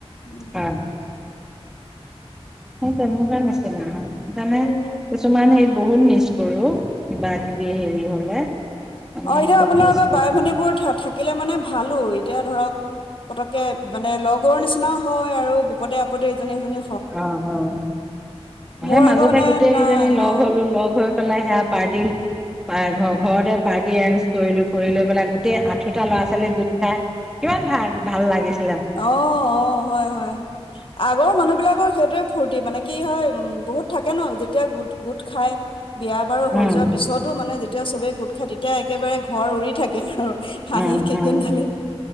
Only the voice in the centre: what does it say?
হয় তাই তেনেকুৱা নিচিনা সেইকাৰণে
চ' মানে ইক বহুত মিচ কৰোঁ, কিবাকিবি হেৰি হ'লে। মানে
খুব
মিচ কৰো
অ' অ'
সেই মাজতে
গোটেই
কেইজনী লগ
হ'লোঁ, লগ হৈ পালে সেয়া পাৰ্টি বাইয়েকৰ ঘৰতে পাৰ্টি এৰেঞ্জ কৰিলোঁ কৰি লৈ পেলাই গোটেই আশিটা ল'ৰা ছোৱালী গোট <unintelligible> কিমান ভাল, ভাল লাগিছ
উম
উম
উম
উম